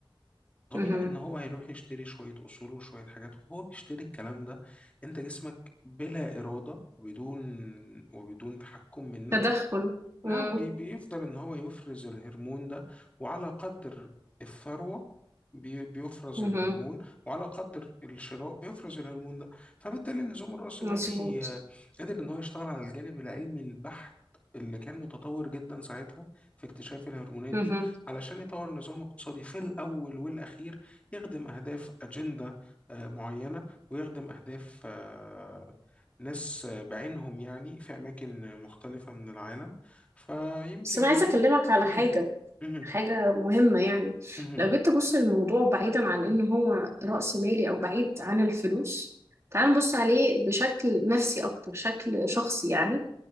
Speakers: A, on the left; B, on the right.
A: طبيعي
B: مهم.
A: ان هو هيروح يشتري شوية اصول وشوية حاجات وهو بيشتري الكلام ده انت جسمك بلا ارادة وبدون وبدون تحكم منك
B: تدخل مم.
A: نعم بي- بيفضل ان هو يفرز الهرمون ده وعلى قدر الثروة بي- بيفرز
B: مهم.
A: الهرمون وعلى قدر الشراء بيفرز الهرمون ده فبالتالي النظام الرأسمالي
B: مظبوط
A: آه، قادر ان هو يشتغل على الجانب العلمي البحت اللي كان متطور جدا ساعتها في اكتشاف الهرمونات
B: مهم.
A: دي علشان يطور نظام اقتصادي في الأول والأخير يخدم أهداف أجندة آه، معينة ويخدم أهداف آه، ناس آه، بعينهم يعني في أماكن مختلفة من العالم فيمكن
B: بس أنا عايزة
A: دي
B: أكلمك على
A: مم،
B: حاجة
A: مهم،
B: حاجة مهمة يعني
A: مهم،
B: لو جيت تبص الموضوع بعيدا عن إن هو رأس مالي أو بعيد عن الفلوس تعال نبص عليه بشكل نفسي أكتر شكل شخصي يعني